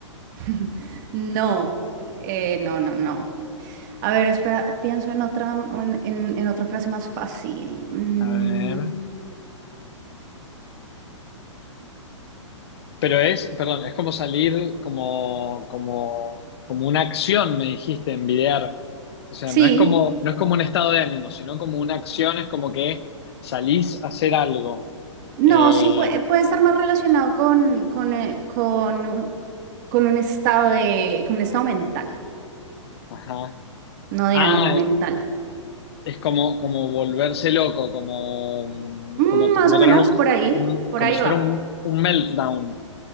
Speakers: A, on the right; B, on the left.
A: <laughs> No, eh, no, no, no. A ver, espera, pienso en otra, en, en- en otra frase más fácil. Mm,
B: A ver. Pero es, perdón, es como salir como, como, como una acción, me dijiste, envidiar. O sea,
A: sí,
B: no es como, no es como un estado de ánimo, sino como una acción, es como que salís a hacer algo.
A: no,
B: Eh,
A: sí puede, puede estar más relacionado con, con, eh, con un, con un estado de, con un estado mental,
B: ajá.
A: no de
B: Ah,
A: ánimo mental.
B: es como, como volverse loco, como,
A: Mm,
B: como, como
A: más o
B: tener
A: menos,
B: un,
A: por ahí,
B: un,
A: por
B: como
A: ahí
B: si
A: va.
B: fuera un, un meltdown,